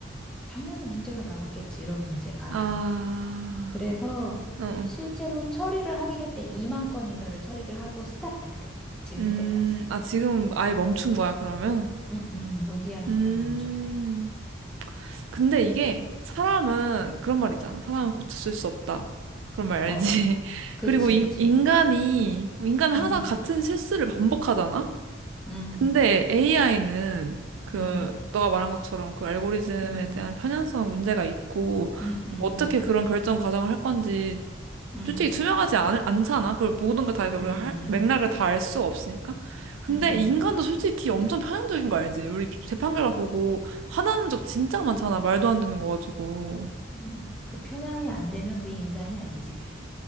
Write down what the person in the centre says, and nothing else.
당연히 문제가 나왔겠지 이런 문제가.
그래서
실제로 처리를 하긴 했대. 2만 건인가를 처리를 하고 스탑했대. 지금
현재까지.
응, 응, 무기한
일단 멈췄대.
어,
그치,
그치.
음,
음,
음,
음,
음, 음,
음,
음,
음,
음,
음, 음.
음, 그 편향이 안 되면 그게 인간이 아니지, 그게.